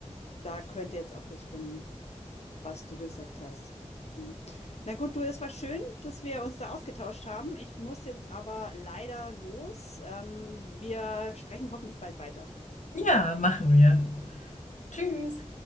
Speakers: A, on the left (about 60°); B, on the left (about 85°).
A: da könnte jetzt auch das stimmen, was du gesagt hast, du. Na gut, du, es war schön, dass wir uns da ausgetauscht haben. Ich muss jetzt aber leider los. Ähm, wir sprechen hoffentlich bald weiter.
B: Ja, machen wir. Tschüss.